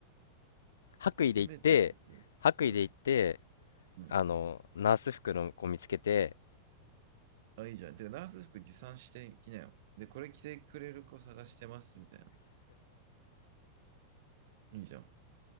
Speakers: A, on the left; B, on the right.
A: 白衣で行って、
B: 攻めたやつ。
A: 白衣で行って、
B: うん。うん。
A: あの、ナース服の子見つけて、
B: あ、いいじゃん。で、ナース服持参してきなよ。で、これ着てくれる子探してます、みたいな。いいじゃん。